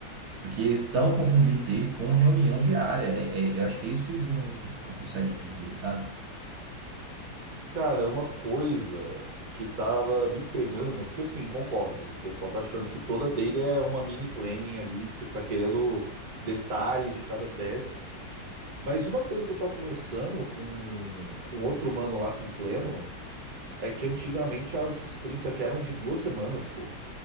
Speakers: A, on the right; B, on the right.
A: Porque eles estão confundindo dele com reunião diária. É- é- eu acho que é isso que eles não, não conseguem entender, sabe?
B: Cara, uma coisa que tava me pegando, porque assim, concordo, o pessoal tá achando que toda dele é uma mini planning ali, que você tá querendo detalhes de cada task. Mas uma coisa que eu tava conversando com, com outro mano lá, com o Pleno, é que antigamente as sprints aqui eram de duas semanas, porra.